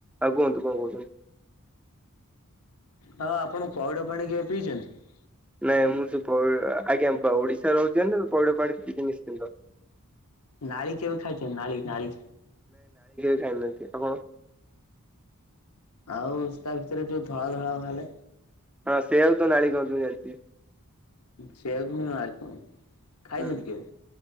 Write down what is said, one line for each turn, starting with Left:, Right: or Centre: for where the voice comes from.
Centre: ଆଉ କୁହନ୍ତୁ କଣ କହୁଛନ୍ତି?
Left: ହଁ ଆପଣ ପଇଡା ପାଣି କେଏ ପିଇଛନ୍ତି?
Centre: ନାଇଁ ମୁଁ ସେ ଆଜ୍ଞା ଓଡିଶା ରହୁଛି ପଇଡ ପାଣି ପିଇି ନିଶ୍ଚିନ୍ତ।
Left: ନାଳି କେବେ ଖାଇଛ ନାଳ ନାଳି?
Centre: ଜାଇନାହାନ୍ତି ଆପଣ?
Left: ଆଉ ତା ଭିତରେ ଯୋଉ ଧଳା ଧଳା ବାଲେ?
Centre: ହଁ ସେ ହଉ ତ ନାଳ କୁ ଜଛି
Left: ସେଆକୁ ହଁ ଆ କଣ ଖାଇଛନ୍ତି
Centre: ହୁଁ।
Left: କିବେ?